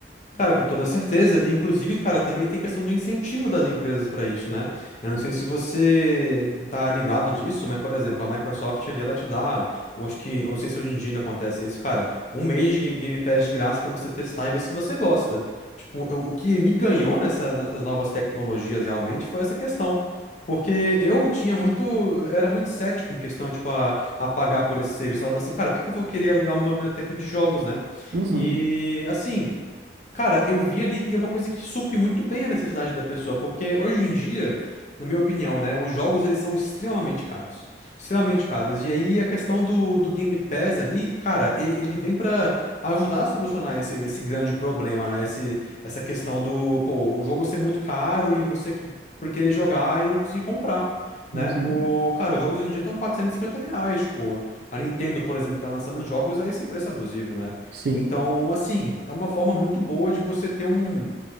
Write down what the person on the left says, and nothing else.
Cara, com toda certeza. E, Inclusive, cara, também tem questão do incentivo das empresas para isso, né? Eu não sei se você tá ligado disso, mas, por exemplo, a Microsoft ali, ela te dá, eu acho que, eu não sei se hoje em dia ainda acontece isso, cara, um mês de Ga- Game Pass de graça para você testar e ver se você gosta. Tipo, eu- o que me ganhou nessa- nessas novas tecnologias realmente foi essa questão. Porque eu tinha muito, eu era muito cético em questão, tipo, a, a pagar por esse serviço. Eu falava assim, cara, por que que eu vou querer alugar uma biblioteca de jogos, né?
E assim. Cara, eu vi ali e é uma coisa que supre muito bem a necessidade da pessoa, porque hoje em dia, na minha opinião, né, os jogos eles são extremamente caros, extremamente caros. E aí a questão do, do Game Pass ali, cara, ele, ele vem pra ajudar a solucionar esse, esse grande problema, né? Esse, essa questão do, pô, o jogo ser muito caro e você que- por querer jogar e não conseguir comprar. Né?
O, cara, os jogos hoje em dia estão quatrocentos e cinquenta reais, tipo, a Nintendo, por exemplo, tá lançando jogos a esse preço abusivo, né?
Então, assim, é uma forma muito boa de você ter um,